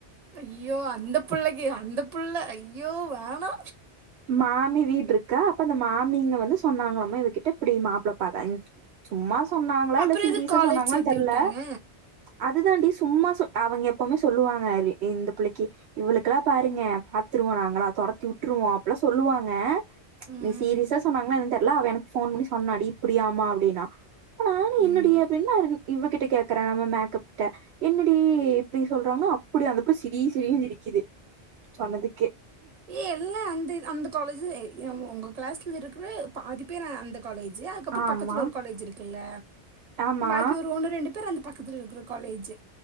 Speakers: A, on the right; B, on the right.
A: ஐயோ அந்த புள்ளக்கு அந்த புள்ள ஐயோ வேணா
B: மாமி வீடுருக்கா அப்ப அந்த மாமிங்க வந்து சொன்னாங்களாமா இவகிட்ட இப்டி மாப்ல பா சும்மா சொன்னாங்களா
A: அப்புறம்
B: இல்ல சீரியஸா
A: இது காலேஜ்
B: சொன்னாங்களான்
A: சேர்த்து
B: தெர்ல
A: விட்டாங்க
B: அதுதாண்டடி சும்மா ச அவுங்க எப்பமே சொல்லுவாங்க இந்த புள்ளக்கி இவளுக்குல்லா பாருங்க பாத்து ட்ருவோ நாங்களா தொரத்தி உட்ருவோ அப்புலா சொல்லுவாங்க
A: ம்,
B: நீ சீரியசா சொன்னாங்களா ல அவ எனக்கு ஃபோன் பண்ணி சொன்னாடி இப்டியாமா அப்டின்னா அப்ப நானு என்னடி
A: ம்.
B: அப்டின்னா இவகிட்ட கேக்குற நம்ம மேக்கப்ட்ட என்னடி இப்டி சொல்றாங்கன்னா அப்டியா அந்தபுள்ள சிரி சிரினு சிரிக்குது சொன்னதுக்கு
A: ஏ எல்லா அந்த அந்த காலேஜு உங் உங்க கிளாஸ்ல இருக்குற பாதிப்பேரு அந்த காலேஜு அதுக்கப்றொ
B: ஆமா
A: பக்கத்ல ஒரு காலேஜ் இருக்குல்ல
B: ஆமா
A: பாக்கி ஒரு ஒன்னு ரெண்டு பேர் அந்த பக்கத்துல இருக்குற காலேஜு